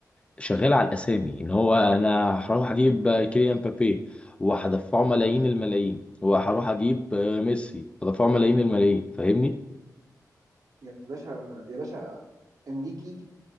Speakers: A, on the left; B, on the right.
A: شغالة على الأسامي، إن هو أنا هروح أجيب كيليان مبابي وهدفعه ملايين الملايين، وهروح أجيب آه، ميسي هدفعه ملايين الملايين، فاهمني؟
B: يا باشا يا باشا انريكي